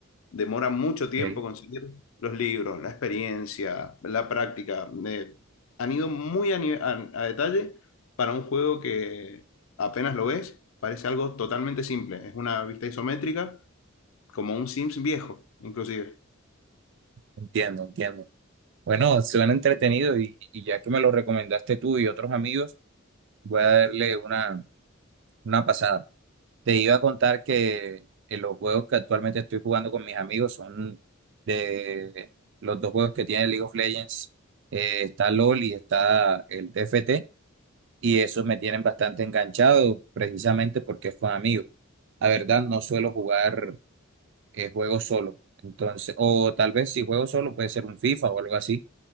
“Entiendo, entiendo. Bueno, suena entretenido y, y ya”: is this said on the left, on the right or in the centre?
Right